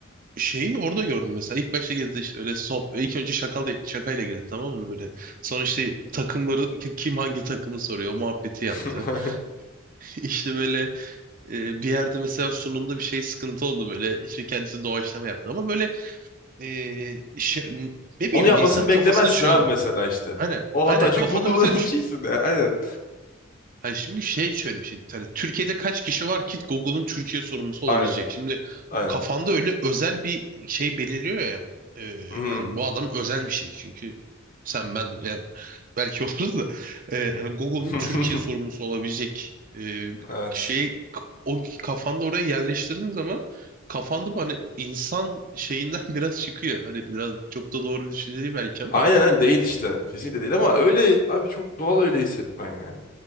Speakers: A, on the right; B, on the left.
A: şeyi orada gördüm mesela. İlk başta girdi işte öyle sop. İlk önce şakal şakayla girdi tamam mı böyle. Sonra işte takımları ki- kim hangi takımı soruyor o muhabbeti yaptı.
B: <laughs>
A: <laughs> İşte böyle e, bir yerde mesela sunumda bir şey sıkıntı oldu böyle. İşte kendisi doğaçlama yaptı ama böyle e, şey, ne bileyim
B: Onu yapmasını
A: insanın
B: beklemezsin
A: kafasında şey
B: abi
A: oluyor.
B: mesela işte.
A: Aynen.
B: O
A: Aynen
B: hata çünkü
A: kafada
B: Google'ın
A: mesela
B: <laughs> şeysinde. Aynen.
A: Hayır şimdi şey şöyle bir şey. Hani Türkiye'de kaç kişi var ki Google'ın Türkiye sorumlusu
B: Aynen.
A: olabilecek? Şimdi
B: Aynen.
A: kafanda öyle özel bir şey belirliyor ya. Ee,
B: Hı hı.
A: hani bu adam özel bir şey. Çünkü sen ben yani belki <laughs> oluruz da e, hani Google'ın
B: <laughs>
A: Türkiye sorumlusu olabilecek e,
B: Evet.
A: şeyi k- o kafanda oraya yerleştirdiğin zaman kafanda bu hani insan şeyinden <laughs> biraz çıkıyor. Hani biraz çok da doğru bir düşünce değil belki ama.
B: Aynen aynen değil işte. Kesinlikle değil ama öyle abi çok doğal öyle hissetmen yani.